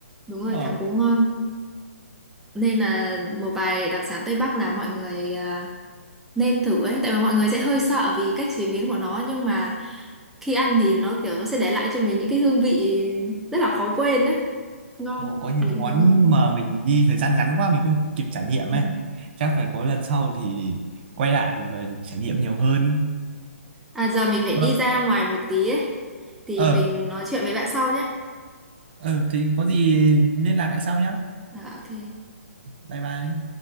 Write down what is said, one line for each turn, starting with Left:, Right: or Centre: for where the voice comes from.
Centre: đúng rồi
Right: mà
Centre: thắng cố ngon nên là một vài đặc sản Tây Bắc là mọi người à, nên thử ấy tại vì mọi người sẽ hơi sợ vì cách chế biến của nó nhưng mà khi ăn thì nó kiểu nó sẽ để lại cho mình những cái hương vị rất là khó quên ấy ngon
Right: Ồ, có nhiều
Centre: mình cũng
Right: món
Centre: thấy ngon
Right: mà mình đi thời gian ngắn quá mình không kịp trải nghiệm
Centre: ừ.
Right: ấy chắc phải có lần sau thì quay lại và trải nghiệm nhiều hơn
Centre: à giờ mình phải đi
Right: ờ
Centre: ra ngoài một tí ấy thì
Right: ờ
Centre: mình nói chuyện với bạn sau nhé
Right: ờ, thì có gì liên lạc lại sau nhá
Centre: à, ok
Right: bye bye